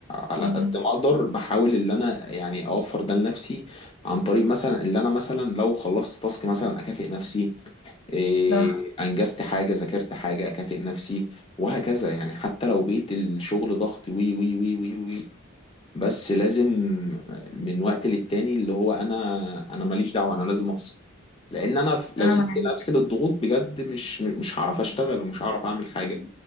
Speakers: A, on the left; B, on the left.
A: على
B: امم
A: قد ما اقدر بحاول ان انا يعني اوفر ده لنفسي عن طريق مثلا اللي انا مثلا لو خلصت تاسك مثلا اكافئ نفسي إيه،
B: صح
A: انجزت حاجه ذاكرت حاجه اكافئ نفسي وهكذا يعني حتى لو بقيت الشغل ضغط وي وي وي وي وي بس لازم من وقت للتاني اللي هو انا انا ماليش دعوه انا لازم افصل لان انا ف- لو
B: انا
A: سبت
B: معاك
A: نفسي للضغوط بجد مش مش هعرف اشتغل ومش هعرف اعمل حاجه